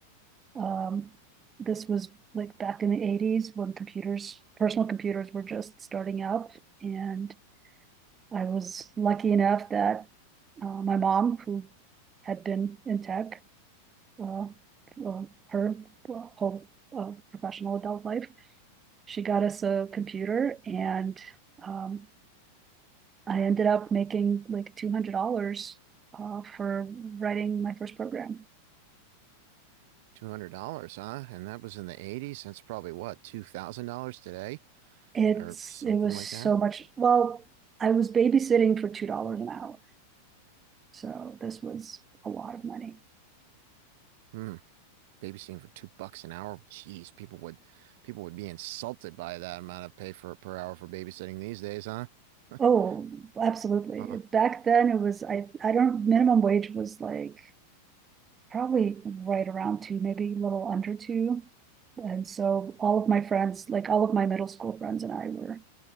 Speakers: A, on the right; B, on the right.
A: Um, this was like back in the 80s when computers, personal computers were just starting up. And I was lucky enough that uh, my mom, who had been in tech uh, uh, her well, whole uh, professional adult life, she got us a computer and um, I ended up making like two hundred dollars uh, for writing my first program.
B: $200, huh? And that was in the 80s. That's probably what, $2,000 today
A: It's
B: or something
A: it was
B: like
A: so
B: that?
A: much. Well, I was babysitting for two dollars an hour, so this was a lot of money.
B: Hmm. babysitting for two bucks an hour. Jeez, people would people would be insulted by that amount of pay for per hour for babysitting these days, huh? <laughs>
A: Oh, absolutely.
B: Uh,
A: Back then, it was I I don't minimum wage was like probably right around two, maybe a little under two. And so all of my friends, like all of my middle school friends and I were